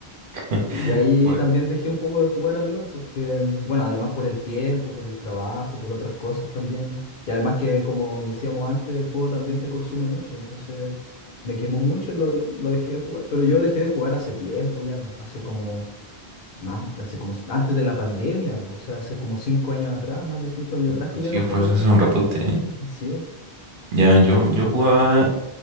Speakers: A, on the right; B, on the left.
A: <laughs>
B: Y y ahí
A: pues,
B: también dejé un poco de jugar al LOL porque, mm, bueno, además por el tiempo, por el trabajo, por otras cosas también. Y además que, como decíamos antes, el juego también te consume mucho. Entonces me quemó mucho y lo, lo dejé de jugar. Pero yo dejé de jugar hace tiempo ya, hace como, más, hace como antes de la pandemia, o sea, hace como cinco años atrás, más de cinco años atrás que
A: pues
B: ya
A: sí,
B: no juego
A: pues
B: LOL.
A: hace un ratote, ¿eh?
B: <laughs> Sí.
A: Ya, yo, yo jugaba,